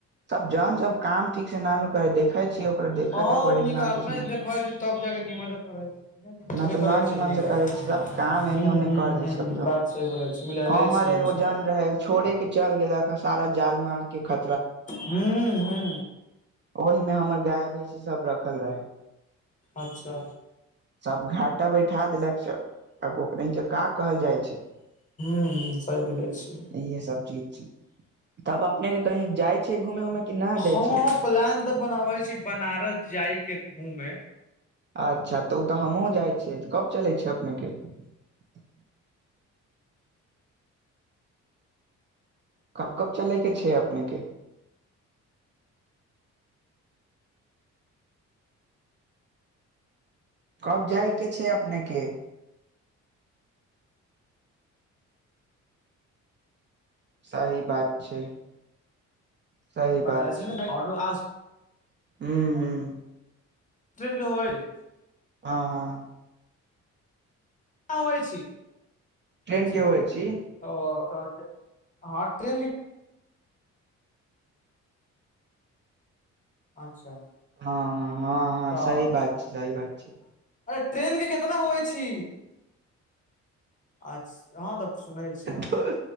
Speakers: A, on the right (about 40°); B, on the left (about 25°).
A: तब जान सब काम ठीक से नानू करै देखे छै ओकरा देखय
B: हँ
A: के परी
B: ओकनिक
A: न
B: अपने
A: तऽ
B: देखै छी तब जाके निमन से करै छी बिना देखे
A: न
B: थोड़े करै छी
A: नीमन
B: ओकनी
A: से
B: के
A: करै सब काम एने
B: हूँ
A: ओने
B: हूँ
A: कर दी सब
B: हूँ
A: सब
B: बात सही बोलै छी मिलेले
A: हँ हमर
B: छी हमसब
A: एगो जन रहै छोड़े के चल गेला ह सारा जाल मार के ख
B: हूं हूं
A: ओहिमे हमर गाय भैंसी सब रखल रहै
B: अच्छा
A: सब घाटाे बैठा देलक सब आब ओकरहि के का कहल जाइ छै
B: हूं सही बोलै छी
A: यह सब चीज छै तब अपने के कही जाइ छै घूमे उमे कि न
B: हँ
A: जाइ छै
B: प्लान तऽ बनाबै छी बनारस जाइ के घूमे
A: अच्छा तऽ ओ तऽ हमहूँ जाइ छियै कब चलै छिय अपनेके <inaudible> कब कब चलइ के छै अपने के कब जाइके छै अपने के सही बात छै सही
B: बनारसे
A: बात छै
B: ने आरो आस
A: हुं हुं
B: <unintelligible>
A: हँ हँ
B: अबैछी
A: ट्रेन
B: अच्छा
A: के होइ छी
B: ओ तऽ हँ ट्रेन अच्छा
A: हँ हँ हँ
B: तऽ
A: सही बात छै सही बात छै
B: अरे ट्रेन के केितना होय छी अच्छा हँ तऽ सुनै छियै हम
A: द
B: तऽ